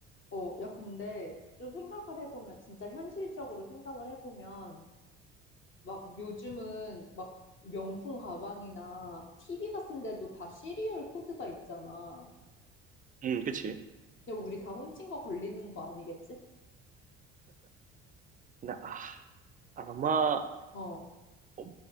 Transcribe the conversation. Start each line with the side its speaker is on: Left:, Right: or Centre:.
Left: 어, 야, 근데 좀 생각을 해보면, 진짜 현실적으로 생각을 해보면, 막 요즘은 막 명품 가방이나 TV 같은 데도 다 시리얼 코드가 있잖아.
Right: 음, 그치.
Left: 근데 우리 다 훔친 거 걸리는 거 아니겠지?
Right: 근데 아, 아마
Left: 어,
Right: 어,